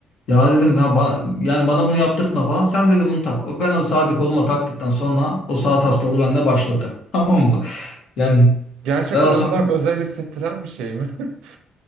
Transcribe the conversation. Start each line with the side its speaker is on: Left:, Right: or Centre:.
Left: Ya dedim ya ba- yani bana bunu yaptırtma falan. Sen dedi bunu tak. O ben o saati koluma taktıktan sonra o saat hastalığı bende başladı. <laughs> Tamam mı? Yani
Right: Gerçekten
Left: daha sonra
Right: o kadar özel hissettiren bir şey mi? <laughs>